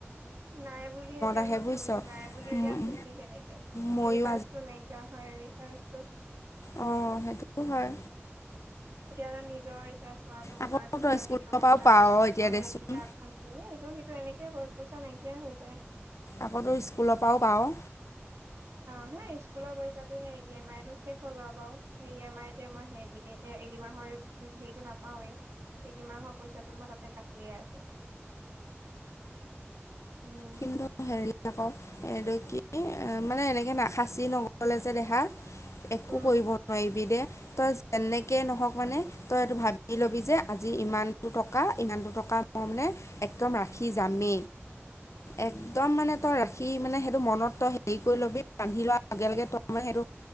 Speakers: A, on the right (about 75°); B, on the left (about 85°).
A: নাই বুলি এতিয়া
B: আহে
A: মই
B: বুজিছ
A: ধৰিবি নাই বুলি
B: উম,
A: এতিয়া ধৰিবি কেনেকে
B: ময়ো
A: ৰিচাৰ্জটো নাইকিয়া হয় ৰিচাৰ্জটো
B: অ সেইটো হয়।
A: এতিয়াতো নিজৰ ৰিচাৰ্জ ভৰালো
B: আকৌ
A: মাক ভৱাই
B: তই স্কুলৰ
A: দিলো
B: পৰাও
A: তাৰ
B: পাৱ
A: পাছত আকৌ
B: এতিয়া দেচোন
A: সেই কিতাপ খন কিনিলে এই ইটো সিটো টো এনেকে পইচা নাইকিয়াই হৈ যায়।
B: আকৌতো স্কুলৰ পৰাও পাওঁ।
A: হয় অ হা স্কুলৰ পইচাটো সেই ই এম আই টো শেষ হ'ল আৰু বাৰু সেই ই এম আই মই সেইক অ এইকেইদিন মাহৰ হেৰিটো নাপাওৱেই সেই কিমাহৰ পইচাটো মই তাতে কাটিয়ে আছো উম
B: কিন্তু হেৰি আকৌ এইটো কি মানে এনেকে নাখাচি নগলে যে দেখা একো
A: উম
B: কৰিব নোৱাৰিবি দে তই যেনেকে নহক মানে তই এইটো ভাবি লবি যে আজি ইমানটো টকা ইমানটো টকা মই মানে একদম ৰাখি যামেই এক একদম মানে তই ৰাখি মানে সেইটো মনত তই হেৰি কৰি ল'বি ৰান্ধি লোৱাৰ লগে লগে তই মানে সেইটো